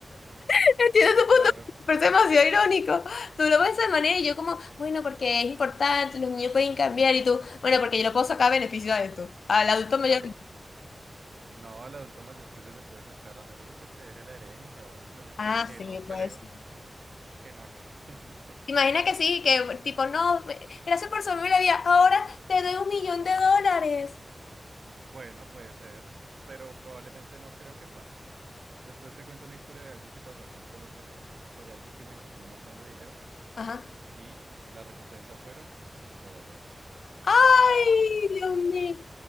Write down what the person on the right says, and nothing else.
Claro,
claro.
No, al adulto mayor que se le puede sacar, a menos de que te deje la herencia o algo por el estilo,
que
no creo,
que no creo. <laughs>
Bueno, puede ser, pero probablemente no creo que pase. Después te cuento una historia de algo que pasó aquí en Colombia sobre alguien que se encontró un montón de dinero
y la recompensa fueron 5 dólares.